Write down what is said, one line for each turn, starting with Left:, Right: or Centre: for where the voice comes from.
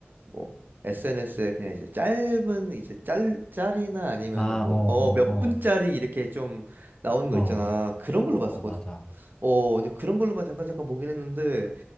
Right: 뭐, SNS에 그냥 이제 짧은, 이제 짤, 짤이나 아니면은
Left: 아,
Right: 뭐,
Left: 어,
Right: 어, 몇
Left: 어,
Right: 분짜리 이렇게 좀 나오는
Left: 어,
Right: 거
Left: 어,
Right: 있잖아. 그런 걸로
Left: 어,
Right: 봤었거든.
Left: 어, 맞아.
Right: 어, 근데 그런 걸로만 잠깐 잠깐 보긴 했는데